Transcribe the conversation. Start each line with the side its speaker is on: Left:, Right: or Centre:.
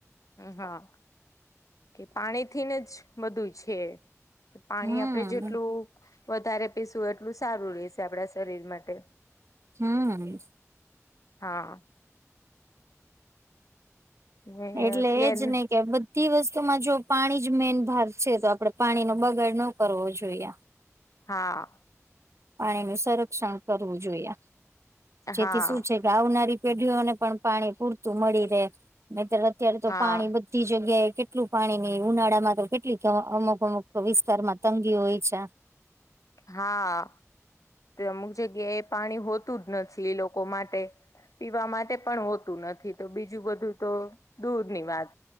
Left: હા કે પાણીથીને જ બધું છે પાણી
Right: હમ
Left: આપડણે જેટલું વધારે પીસવુંય એટલું સારું રેશે આપડા શરીર માટે
Right: હમ
Left: હા ને
Right: એટલે
Left: તેન
Right: એજ નહ કે બધ તે વસ્તુમાં જો પાણી જ મેન ભાર છે તો આપડે પાણીનો બગાડ ન કરવો જોઈએ
Left: હા
Right: પાણીનું સંરક્ષણ કરવું જોઈએ જેથી
Left: હા
Right: શું છે ગાવનારી પેઢીઓને પણ પાણી પૂરતું મળી રહે ન તો અત્યારે તો
Left: હા
Right: પાણી બ જગ્યાએ કેટલું પાણીની ઉનાળામાં તો કેટલી અમુક અમુક વિસ્તારમાં તંગી હોય છે
Left: હા અમુક જગ્યા એ પાણી હોતું જ નથી એ લોકો માટે પીવા માટે પણ હોતું નથી તો બીજું બધું તો દૂરની વાત